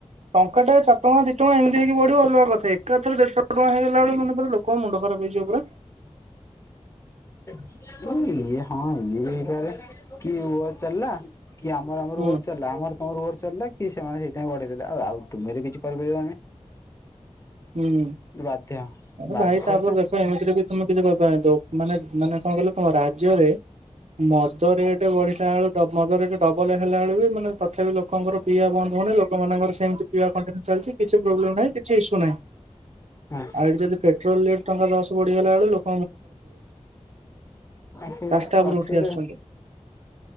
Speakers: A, on the right; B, on the left.
A: ଟଙ୍କାଟେ ଚାରି ଟଙ୍କା ଦି ଟୁଆଁ ଟା ଏମିତି ହେଇକ ବଢିବ ଅଲଗା କଥା ଏକା ଥରେ ଦେଢଶହ ଟୁଆଁ ହେଇଗ <unintelligible> ଲୋ କଣ ମୁଣ୍ଡ ଖରାପ ହେଇଯିବ ପୁରା।
B: ଇଏ ହଁ ଇଏ ହେଇପାରେ କି ନୂଆ ଚାଲିଲା। କିଏ ଆମର ଆମର
A: ହୁଁ
B: ଓର ଚାଲିଲା ଆମର ତମର ଓର ଚାଲିଲା। କି ସେମାନେ ସେଇଥିପାଇଁ ବଢେଇ ଦେଲେ ଆଉ ଆଉ ତୁମେ ତ କିଛି କରିପାରିବନି ଆମେ।
A: ହୁଁ।
B: ବାଧ୍ୟ
A: ଆରେ
B: ବାଧ୍ୟ
A: ଭାଇ ତାପରେ ଦେଖ ଏମତିରେ ବି ତମେ କିଛି କରି ପାରି <unintelligible> ମାନେ ମାନେ କଣ କହିଲ ତମ ରାଜ୍ୟରେ ମଦ ରେଟ୍ ବଢିଲା ବେଳକୁ ମଦ ରେଟ ଡବଲ ହେଲା ବେଳକୁ ମାନେ ତଥାପି ଲୋକଙ୍କର ପିଇବା ବନ୍ଦ ହଉନି ଲୋକମାନଙ୍କର ସେମିତିି ପିଇବା କଣ୍ଟିନିୟୁ ଚାଲିଛି କିଛି ପ୍ରୋବଲେମ୍ ନାହିଁ କିଛି ଇସ୍ୟୁ ନାହିଁ। ଆଉ
B: ହଁ
A: ଏଠି ଯଦି ପେଟ୍ରୋଲ ରେଟ୍ ଟଙ୍କା ଦଶ ବଢିଗ ଲା ବେଳକୁ ଲୋକ
B: ଆଖି
A: ରାସ୍ତା ଉପରୁ
B: ଆସିବ
A: ଉଠି ଆସୁଛନ୍ତି।